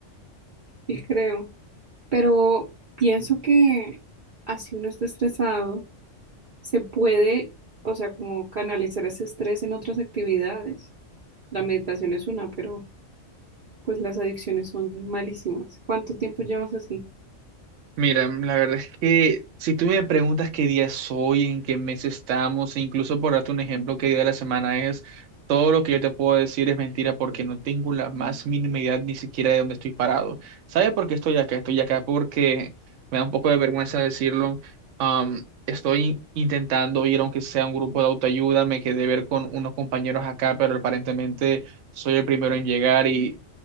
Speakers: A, on the right (about 55°); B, on the right (about 75°).
A: Sí, creo. Pero pienso que así uno está estresado, se puede, o sea, como canalizar ese estrés en otras actividades. La meditación es una, pero pues las adicciones son malísimas. ¿Cuánto tiempo llevas así?
B: Mira, la verdad es que si tú me preguntas qué día soy, en qué mes estamos, e incluso por darte un ejemplo, qué día de la semana es, todo lo que yo te puedo decir es mentira porque no tengo la más mínima idea ni siquiera de dónde estoy parado. ¿Sabes por qué estoy acá? Estoy acá porque me da un poco de vergüenza decirlo. am, estoy intentando ir, aunque sea un grupo de autoayuda, me quedé ver con unos compañeros acá, pero aparentemente soy el primero en llegar y...